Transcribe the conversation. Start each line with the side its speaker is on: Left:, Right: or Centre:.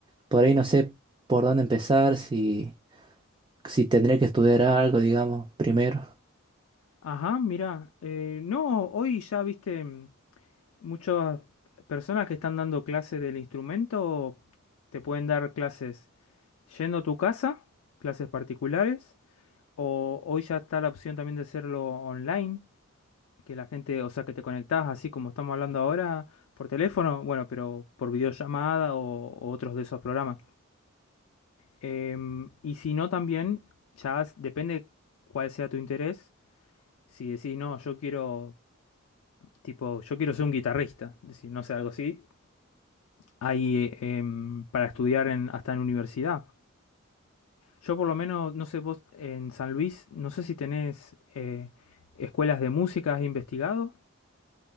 Right: por ahí no sé por dónde empezar, si, si tendría que estudiar algo, digamos, primero.
Left: Ajá, mira, eh, no, hoy ya viste mm, muchas personas que están dando clases del instrumento, te pueden dar clases yendo a tu casa, clases particulares, o hoy ya está la opción también de hacerlo online, que la gente, o sea, que te conectás así como estamos hablando ahora por teléfono, bueno, pero por videollamada o, o otros de esos programas. Em, y si no, también ya s- depende cuál sea tu interés. Si decís, no, yo quiero, tipo, yo quiero ser un guitarrista, si no sé, algo así, hay eh, em, para estudiar en, hasta en universidad. Yo por lo menos, no sé, vos en San Luis, no sé si tenés eh, escuelas de música, ¿has investigado?